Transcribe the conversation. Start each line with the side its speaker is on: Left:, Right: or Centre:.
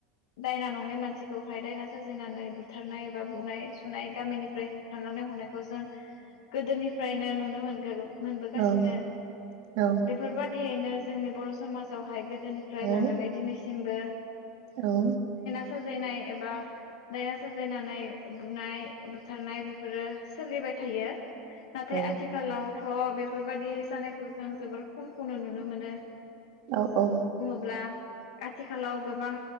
Left: दायना नङै मानसिखौहाय दायना साजायनानै बुथारनाय एबा बुनाय सुनाय गामिनिफ्राय होथारनानै हरनायखौ जों गोदोनि फ्रायनो नुनो मोनगोरो मोनबोगासिनो
Right: ना? औ
Left: बेफोर बादि बिदिनो जोंनि बर' समाजावहाय गोदोनिफ्राय
Right: औ
Left: लानानै दिनैसि सिमबो
Right: औ
Left: साजायनाय एबा दायना जायनानानै ओ‌ बुनाय बुथारनाय बेफोरो सोलिबाय थायो। नाथाय
Right: औ
Left: आथिखालावथ' बेफोरबाददि जानायखौ जों जोबोर खमखौनो नुनो मोनो।
Right: औ औ
Left: बुंब्ला आथिखालाव गोबां